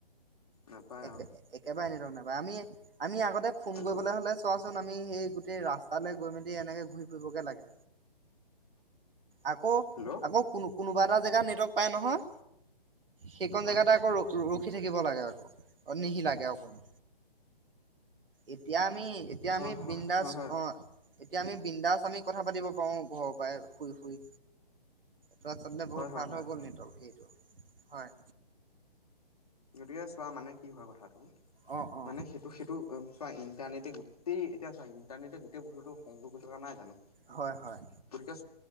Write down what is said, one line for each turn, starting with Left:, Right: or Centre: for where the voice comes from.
Left: নাপায়
Right: একে
Left: অ
Right: একেবাৰে আনি <unintelligible> নাই। আমি আমি আগতে- ফোন
Left: হেল্ল'
Right: কৰিবলৈ হ'লে চোৱাচোন- সেই গোটেই ৰাস্তালৈ গৈ মেলি এনেকে ঘূৰি- লাগে আকৌ
Left: হেল্ল'
Right: আকৌ কোনো কোনোবা- এটা জেগাত নেটৱৰ্ক পায় নহয়। সেইখন
Left: হয়
Right: জেগাতে আকৌ- ৰখি থাকিব লাগে আকৌ অ নিশি লাগে অ কোনো এতিয়া আমি- এতিয়া
Left: হয়
Right: আমি
Left: হয়
Right: বিন্দাস
Left: হয় হয়
Right: অঁ- এতিয়া আমি বৃন্দাস আমি কথা পাতিব পাৰো ঘৰৰ পৰাই শুই শুই। ত চললে বহুত
Left: হয়
Right: ভাল
Left: হয় হয়
Right: হৈ গ'ল
Left: হয়
Right: নেটৱৰ্ক সেইটো। হয়।
Left: যদিহে চোৱা মানে কি হয় কথাটো
Right: অ অ
Left: মানে সেইটো সেইটো চোৱা- তে এতিয়া গোটেই এতিয়া চি- ইণ্টাৰনেটে গোটেই <unintelligible> সংযোগ হৈ থকা নাই জানো।
Right: হয় হয়।
Left: গতিকে